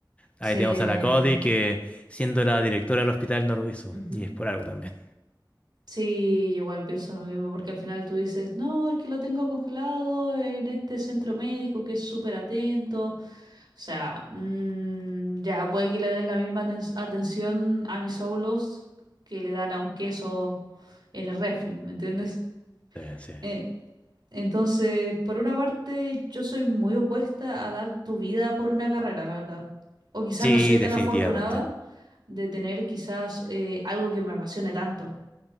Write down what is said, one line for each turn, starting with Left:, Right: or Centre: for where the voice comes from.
Left: ahí
Right: Se...
Left: tenemos a la Cody que siendo la directora del hospital no lo hizo,
Right: ujú.
Left: y es por algo también.
Right: Sí, yo igual pienso lo mismo, porque al final tú dices, no, es que lo tengo congelado en este centro médico que es súper atento. O sea, mm, ya puede que le den la misma aten- atención a mis óvulos que le dan a un queso en el refri, ¿me entiendes?
Left: Sí, sí.
Right: Eh, entonces, por una parte, yo soy muy opuesta a dar tu vida por una carrera, la verdad. O quizás
Left: Sí,
Right: no soy tan
Left: definitivamente.
Right: afortunada de tener quizás eh, algo que me apasione tanto.